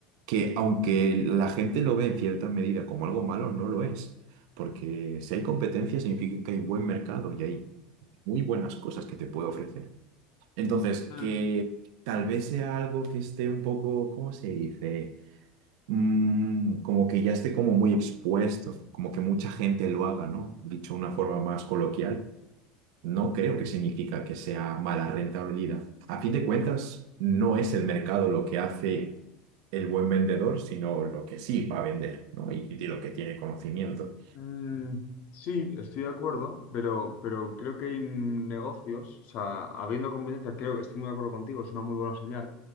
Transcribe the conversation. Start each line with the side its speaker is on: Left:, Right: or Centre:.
Right: que aunque la gente lo ve en cierta medida como algo malo, no lo es. Porque si hay competencia significa que hay buen mercado y hay muy buenas cosas que te puede ofrecer. Entonces,
Left: sí.
Right: que tal vez sea algo que esté un poco, ¿cómo se dice? mm, como que ya esté como muy expuesto, como que mucha gente lo haga, ¿no? Dicho de una forma más coloquial, no creo que significa que sea mala rentabilidad. A fin de cuentas, no es el mercado lo que hace el buen vendedor, sino lo que sí va a vender, ¿no? Y de lo que tiene conocimiento.
Left: Mm, sí, estoy de acuerdo, pero, pero creo que hay negocios, o sea, habiendo competencia, creo que estoy muy de acuerdo contigo, es una muy buena señal,